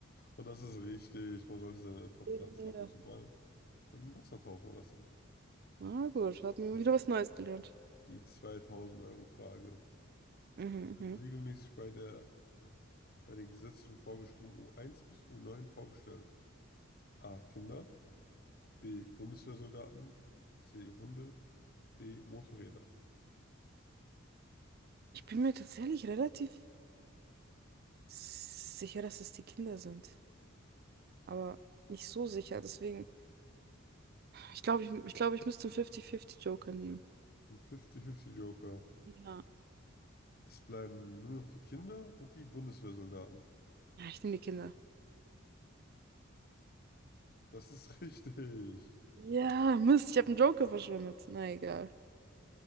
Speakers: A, on the left (about 50°); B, on the right (about 50°).
A: Und das ist richtig. Man sollte seine Topfpflanzen
B: Ja.
A: ab und zu mal im Wasser tauchen lassen.
B: Na gut, hat mir
A: Die,
B: wieder was Neues gelernt.
A: die 2000-Euro-Frage
B: Mhm,
A: wird
B: mhm.
A: regelmäßig bei der, bei den gesetzlichen vorgeschrieben u eins bis u neun vorgestellt. A. Kinder. B. Bundeswehrsoldaten. C. Hunde. D. Motorräder.
B: Ich bin mir tatsächlich relativ Sicher, dass es die Kinder sind. Aber nicht so sicher. Deswegen, ich glaube, ich, ich glaube, ich müsste einen 50-50-Joker nehmen.
A: Ein 50-50 Joker.
B: Ja.
A: Es bleiben nur noch die Kinder und die Bundeswehrsoldaten.
B: Ja, ich nehme die Kinder.
A: Das ist <laughs> richtig.
B: Ja, Mist, ich habe einen Joker verschwendet. Na egal.